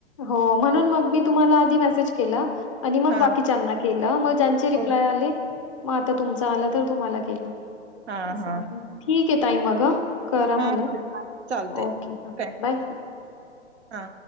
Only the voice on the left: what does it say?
हो म्हणून मग मी तुम्हाला आधी मेसेज केला आणि मग
बाकीच्याना केला चांची <unintelligible> रिप्लाय
आली मग आता तुमचा आला तर तुम्हाला ग केला
आहे ठीक आहे ताई मग करा
मला
ओके ह
बाय